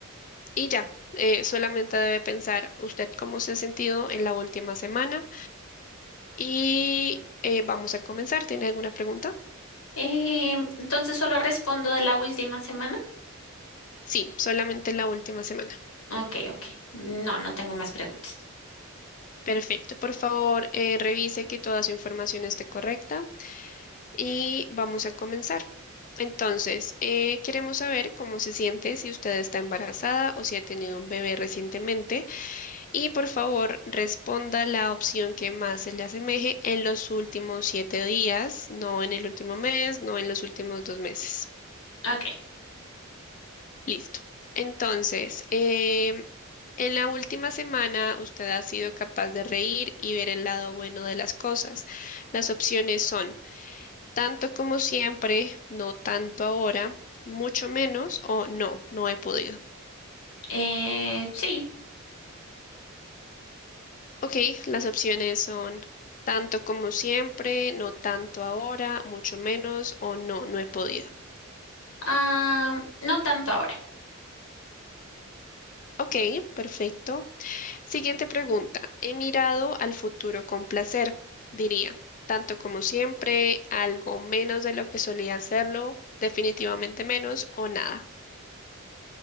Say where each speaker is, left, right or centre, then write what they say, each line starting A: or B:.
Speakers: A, on the left; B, on the left.
A: y ya, eh, solamente debe pensar usted cómo se ha sentido en la última semana Y eh, vamos a comenzar. ¿Tiene alguna pregunta?
B: Eh, entonces solo respondo de la última semana.
A: Sí, solamente la última semana.
B: Ok, ok. No, no tengo más preguntas.
A: Perfecto. Por favor, eh, revise que toda su información esté correcta y vamos a comenzar. Entonces, eh, queremos saber cómo se siente si usted está embarazada o si ha tenido un bebé recientemente y por favor responda la opción que más se le asemeje en los últimos siete días, no en el último mes, no en los últimos dos meses.
B: Ok.
A: Listo. Entonces, em, en la última semana usted ha sido capaz de reír y ver el lado bueno de las cosas. Las opciones son tanto como siempre, no tanto ahora, mucho menos o no, no he podido.
B: Eh, sí.
A: Ok, las opciones son tanto como siempre, no tanto ahora, mucho menos o no, no he podido.
B: Ah, no tanto ahora.
A: Ok, perfecto. Siguiente pregunta. He mirado al futuro con placer, diría, tanto como siempre, algo menos de lo que solía hacerlo, definitivamente menos o nada.